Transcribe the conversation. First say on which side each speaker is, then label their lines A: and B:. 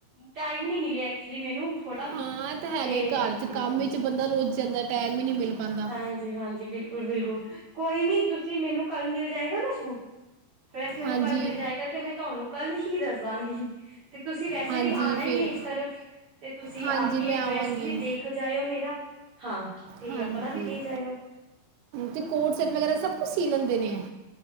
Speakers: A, on the right; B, on the right.
A: ਟਾਈਮ ਨੀ ਮਿਲਿਆ ਐਕਚੁਲੀ ਮੈਨੂੰ ਥੋੜਾ
B: ਹਾਂ ਇਹ ਤਾਂ ਹੈਗਾ
A: ਤੇ
B: ਹੀ ਘਰ
A: ਹਾਂ
B: 'ਚ ਕੰਮ ਵਿੱਚ ਬੰਦਾ ਰੁੱਝ ਜਾਂਦਾ ਟਾਈਮ ਈ ਨੀ ਮਿਲ ਪਾਉਂਦਾ
A: ਹਾਂਜੀ-ਹਾਂਜੀ ਬਿਲਕੁਲ-ਬਿਲਕੁਲ, ਕੋਈ ਨੀ ਤੁਸੀਂ ਮੈਨੂੰ ਕੱਲ ਮਿਲ ਜਾਏਗਾ ਨਾ ਸੂਟ। ਡਰੈਸ ਮੈਨੂੰ
B: ਹਾਂਜੀ
A: ਕੱਲ ਮਿਲ ਜਾਏਗਾ ਤੇ ਮੈਂ ਤੁਆਨੂੰ ਕੱਲ ਹੀ ਦੱਸ ਦਾਂਗੀ। ਤੇ ਤੁਸੀਂ ਵੈਸੇ
B: ਹਾਂਜੀ
A: ਵੀ ਆਨਾ ਈ
B: ਫਿਰ
A: ਏ ਏਸ ਤਰਫ, ਤੇ ਤੁਸੀਂ
B: ਹਾਂਜੀ
A: ਆ ਕੇ
B: ਮੈਂ ਆਵਾਂਗੀ
A: ਡਰੈਸ ਵੀ ਦੇਖ ਜਾਇਓ ਮੇਰਾ, ਹਾਂ। ਤੇ
B: ਹਾਂਜੀ,
A: ਆਪਣਾ ਵੀ ਦੇ ਜਾਇਓ
B: ਤੇ ਕੋਟ ਸੈਟ ਵਗੈਰਾ ਸਬ ਕੁਝ ਸੀਅ ਲੈਂਦੇ ਨੇ ਐ।